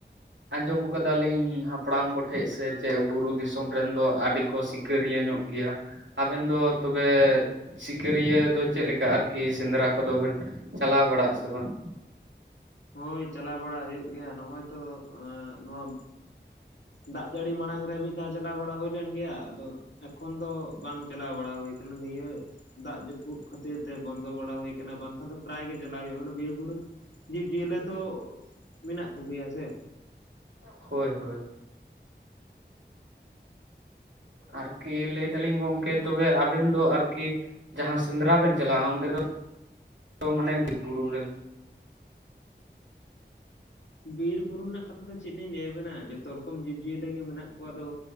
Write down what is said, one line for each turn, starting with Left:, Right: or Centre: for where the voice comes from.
Right: ᱟᱸᱡᱚᱢ ᱟᱠᱟᱫᱟᱞᱤᱧ ᱦᱟᱯᱲᱟᱢ ᱠᱚᱴᱷᱮᱡ ᱥᱮ ᱪᱮᱫ ᱵᱩᱨᱩ ᱫᱤᱥᱚᱢ ᱨᱮᱱ ᱫᱚ ᱟᱰᱤᱼᱼ ᱠᱚ ᱥᱤᱠᱟᱹᱨᱤᱭᱟᱹ ᱧᱚᱜ ᱜᱮᱭᱟ ᱾ ᱟᱵᱮᱱ ᱫᱚ ᱛᱚᱵᱮ, ᱥᱤᱠᱟᱹᱨᱤᱭᱟᱹ ᱫᱚ ᱪᱮᱫ ᱞᱮᱠᱟ ᱟᱨᱠᱤ ᱥᱮᱸᱫᱽᱨᱟ ᱠᱚᱫᱚ ᱵᱮᱱᱼᱼ ᱪᱟᱞᱟᱣ ᱵᱟᱲᱟᱜᱼᱟ ᱥᱮᱵᱟᱝ?
Left: ᱦᱳᱭ ᱪᱟᱞᱟᱣ ᱵᱟᱲᱟ ᱦᱩᱭᱩᱜ ᱜᱮᱭᱟ ᱱᱚᱜᱼᱚᱭ ᱛᱚ ᱮᱸᱜ ᱱᱚᱣᱟᱼᱼ ᱫᱟᱜ ᱡᱟᱹᱲᱤ ᱢᱟᱲᱟᱝ ᱨᱮ ᱢᱤᱫ ᱫᱷᱟᱣ ᱪᱟᱞᱟᱣ ᱵᱟᱲᱟ ᱦᱩᱭ ᱞᱮᱱ ᱜᱮᱭᱟ᱾ ᱟᱫᱚᱼᱼ ᱮᱠᱷᱚᱱ ᱫᱚ ᱵᱟᱝ ᱪᱟᱞᱟᱣ ᱵᱟᱲᱟ ᱦᱳᱭ ᱟᱠᱟᱱᱟ ᱱᱤᱭᱟᱹᱼᱼ ᱫᱟᱜ ᱡᱟᱹᱯᱩᱫ ᱠᱷᱟᱹᱛᱤᱨ ᱛᱮ ᱵᱚᱱᱫᱚ ᱵᱟᱲᱟ ᱦᱩᱭ ᱟᱠᱟᱱᱟ ᱵᱟᱝᱠᱷᱟᱱ ᱫᱚ ᱯᱨᱟᱭ ᱜᱮ ᱪᱟᱞᱟᱜ ᱦᱩᱭᱩᱜᱼᱟ ᱚᱱᱮ ᱵᱤᱨ ᱵᱩᱨᱩ ᱨᱮ ᱼᱼ ᱡᱤᱭᱞᱟᱹ ᱛᱚ ᱢᱮᱱᱟᱜ ᱠᱚᱜᱮᱭᱟ ᱥᱮ᱾
Right: ᱦᱳᱭ ᱦᱳᱭ᱾ ᱟᱨᱠᱤ ᱞᱮᱭ ᱫᱟᱞᱤᱧ ᱜᱚᱢᱠᱮ ᱛᱚᱵᱮ ᱟᱵᱮᱱ ᱫᱚ ᱟᱨᱠᱤᱼᱼ ᱡᱟᱦᱟᱸ ᱥᱮᱸᱫᱽᱨᱟ ᱵᱮᱱ ᱪᱟᱞᱟᱜᱼᱟ ᱚᱸᱰᱮ ᱫᱚ ᱢᱟᱱᱮ ᱵᱤᱨ ᱵᱩᱨᱩ ᱨᱮᱼᱼ
Left: ᱵᱤᱨ ᱵᱩᱨᱩ ᱨᱮᱱᱟᱜ ᱠᱟᱛᱷᱟ ᱫᱚ ᱪᱮᱫ ᱞᱤᱧ ᱞᱟᱹᱭᱟᱵᱮᱱᱟ ᱡᱚᱛᱚ ᱨᱚᱠᱚᱢ ᱡᱤᱵᱽᱡᱤᱭᱟᱹᱞᱤ ᱜᱮ ᱢᱮᱱᱟᱜ ᱠᱚᱣᱟ ᱾ ᱟᱫᱚ